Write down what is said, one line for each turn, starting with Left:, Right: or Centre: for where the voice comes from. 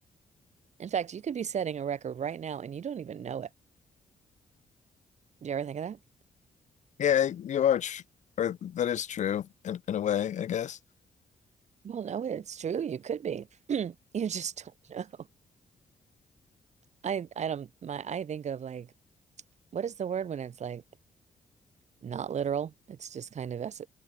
Right: In fact, you could be setting a record right now and you don't even know it. Do you ever think of that?
Left: Yeah, you are, tr or that is true in, in a way, I guess.
Right: Well, no, it's true. You could be. <clears throat> You just don't know. I I don't my I think of like what is the word when it's like not literal? It's just kind of es